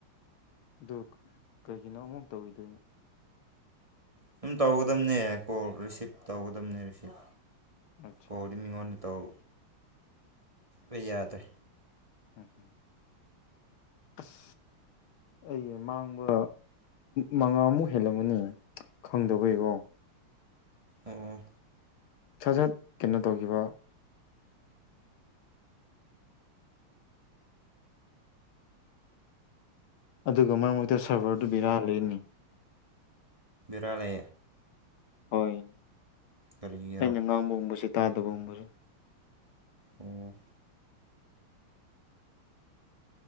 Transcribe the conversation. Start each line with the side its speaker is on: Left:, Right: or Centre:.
Left: ꯑꯗꯨ ꯀꯩꯒꯤꯅꯣ ꯑꯃꯨꯛ ꯇꯧꯋꯗꯣꯏ
Right: ꯁꯝ ꯇꯧꯒꯗꯝꯕꯅꯦ ꯀꯣ ꯔꯤꯁꯤꯞ ꯇꯧꯒꯗꯝꯕꯅꯦ ꯔꯤꯁꯤꯞ
Left: ꯑꯠꯆꯥ
Right: ꯀꯗꯤꯃꯤꯉꯣꯅ ꯇꯎ ꯑꯩ ꯌꯥꯗ꯭ꯔꯦ
Left: ꯎꯝ ꯍꯝ ꯑꯁ ꯑꯩ ꯃꯥꯡꯕ ꯃꯉꯥꯃꯨꯛ ꯍꯦꯜꯂꯝꯃꯅꯤ ꯈꯪꯗꯕꯩꯔꯣ
Right: ꯑꯣ
Left: ꯁꯠ ꯁꯠ ꯀꯅꯣ ꯇꯧꯈꯤꯕ ꯑꯗꯨꯒ ꯃꯔꯛ ꯃꯔꯛꯇ ꯁꯔꯚꯔꯗꯨ ꯕꯤꯔꯥꯂꯅꯤ
Right: ꯔꯂꯦ
Left: ꯍꯣꯏ
Right: ꯀꯔꯤꯒꯤꯔꯣ
Left: ꯑꯩ ꯑꯒꯥꯥꯡ ꯑꯃꯕꯝꯕꯁꯥꯦ ꯇꯥꯗꯕꯨꯝꯕꯔꯥ
Right: ꯑꯣ